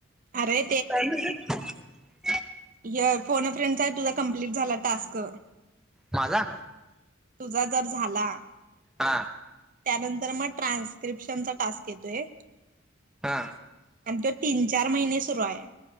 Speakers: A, on the right; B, in the centre.
A: अरे
B: काय म्हणालात
A: हे फोनो फ्रेंडचा चा तुझा कंप्लीट झाला टास्क
B: माझा
A: तुझा जर झाला
B: हा
A: त्यानंतर मग ट्रान्स्क्रिप्शनचा टास्क येतोय.
B: हा
A: आणि तो तीन चार महिने सुरू हाय